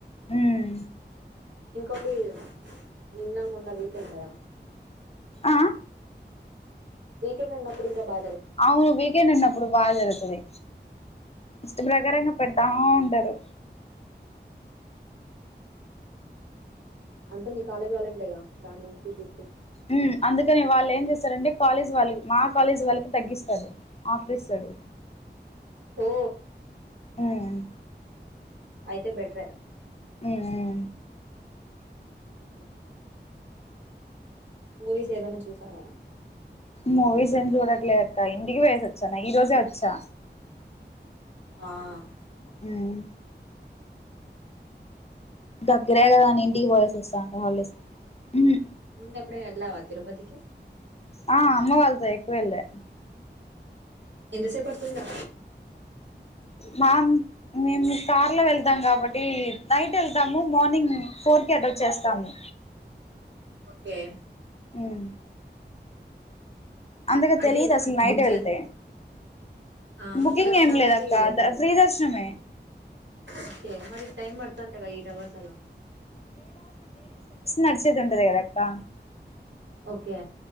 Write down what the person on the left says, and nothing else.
ఉమ్
ఆ
అవును వేగేన అన్నప్పుడు బాగా జరుగుతది ఇష్ట ప్రకారంగా పెడతా ఉంటడు.
మ్మ్ అందుకని వాల్లేం చేశారండి. కాలేజ్ వాళ్ళకి మా కాలేజ్ వాళ్ళకి తగ్గిస్తాడు ఆఫర్ ఇస్తాడు.
మ్మ్
ఊ ఊ
మూవీస్ ఏం చూడట్లేదు అక్క ఇంటికి వేసొచ్చా ఈ రోజే వచ్చా
మ్మ్ దగ్గరే కదాని ఇంటికి పొయ్యేసి వస్తాను హాలిడేస్ మ్మ్
ఆ అమ్మ వాళ్ళతో ఎక్కువెళ్లా
మామ్ మేము కార్ లో వెళ్తాం కాబట్టి నైట్ వెళ్తాము మార్నింగ్ ఫోర్ కే అటోచేస్తాము
మ్మ్ అంతగా
తెలియదు అసలు నైట్
వెళ్తే
బుకింగ్
ఏం లేదక్క
ఫ్రీ దర్శనమే
నడ్సేది ఉంటది కదక్కా